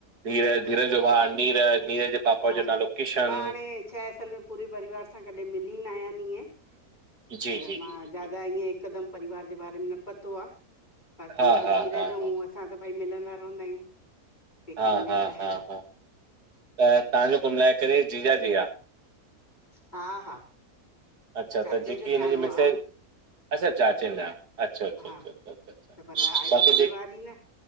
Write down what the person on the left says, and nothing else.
जी
हा
मां हाणे छाहे असल पुरे परिवार सा कॾे मिली न आयानि इएं,
त
मा जा
त हीय हिकदमु परिवार जे बारे में न पतो आ, बाक़ी
असां
धीरज
अऊं
अ असां त भाई मिलंदा रहंदा आहियूं, पेकनि
में
त
ह
हा हा।
चाचे
जो
न्याणो
आहे
हा
त पर आहे
त परिवार
ई न